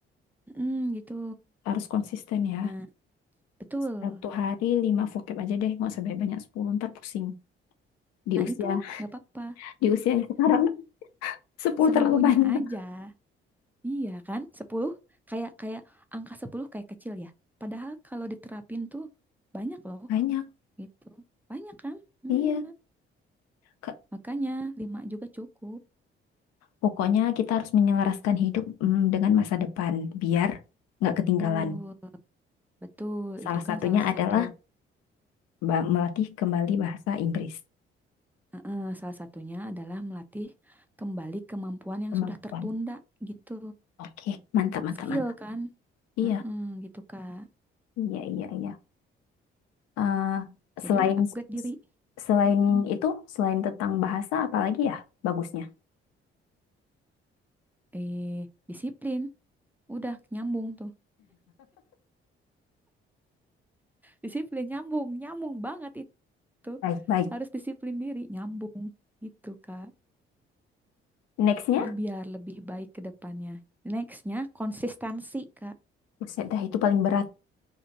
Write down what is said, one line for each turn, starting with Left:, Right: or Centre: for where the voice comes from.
Centre: Mm, gitu.
Left: Harus konsisten
Centre: Gimana?
Left: ya.
Centre: Betul.
Left: Satu hari lima vocab aja deh. Nggak usah banyak-banyak. Sepuluh ntar pusing. Di
Centre: Nah,
Left: usia,
Centre: itu nggak apa-apa.
Left: di usia yang sekarang <laughs> sepuluh
Centre: Semampunya
Left: terlalu banyak.
Centre: aja. Iya kan? sepuluh kayak kayak angka 10 kayak kecil ya. Padahal kalau diterapin tuh banyak loh
Left: Banyak.
Centre: gitu. Banyak kan?
Left: Iya.
Centre: Iya.
Left: Ke-
Centre: Makanya 5 juga cukup.
Left: pokoknya kita harus menyelaraskan hidup mm, dengan masa depan. Biar nggak
Centre: Betul.
Left: ketinggalan.
Centre: Betul.
Left: Salah
Centre: Itu
Left: satunya
Centre: kan salah
Left: adalah
Centre: satu
Left: ba- melatih kembali bahasa Inggris.
Centre: Heeh, salah satunya adalah melatih kembali kemampuan yang
Left: Kemampuan.
Centre: sudah tertunda gitu.
Left: Oke. Mantap, mantap,
Centre: Skill
Left: mantap.
Centre: kan?
Left: Iya.
Centre: Heeh, gitu Kak.
Left: Iya, iya, iya. eh
Centre: Jadilah
Left: selain
Centre: upgrade diri.
Left: selain
Centre: Heeh.
Left: itu, selain tentang bahasa, apalagi ya bagusnya?
Centre: Eh, disiplin. Udah nyambung tuh. Disiplin nyambung, nyambung banget itu.
Left: Baik, baik.
Centre: Harus disiplin diri, nyambung gitu Kak.
Left: Nextnya,
Centre: Jadi biar lebih baik ke depannya. Nextnya konsistensi Kak.
Left: buset dah itu paling berat.